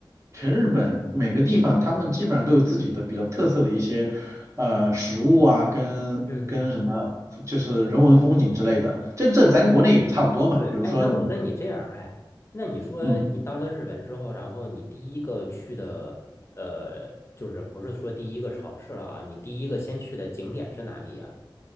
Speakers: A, on the right; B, on the left.
A: 全日本每个地方，他们基本上都有自己的比较特色的一些呃食物啊，跟跟什么就是人文风景之类的。
B: 嗯，
A: 这这咱国内也差不多嘛。
B: 哎，对，
A: 比如说你。
B: 哎，那我问你这样，哎，那你说你到了日本之后，
A: 嗯。
B: 然后你第一个去的，呃，就是不是说第一个城市了啊？你第一个先去的景点是哪里呀？